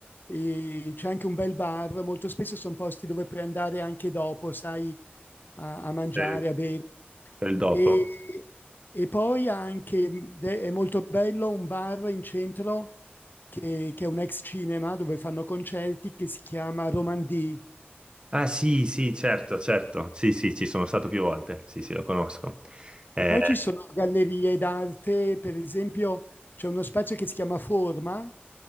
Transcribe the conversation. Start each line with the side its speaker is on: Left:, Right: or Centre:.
Left: E c'è anche un bel bar, molto spesso sono posti dove puoi andare anche dopo, sai, a, a mangiare,
Right: Per,
Left: a bere.
Right: per il dopo.
Left: E, e poi anche, mh, de- è molto bello, un bar in centro che, che è un ex cinema dove fanno concerti che si chiama Romandì.
Right: Ah sì, sì, certo, certo. Sì, sì, ci sono stato più volte. Sì, sì, lo conosco. Eh,
Left: E poi ci sono gallerie d'arte, per esempio c'è uno spazio che si chiama Forma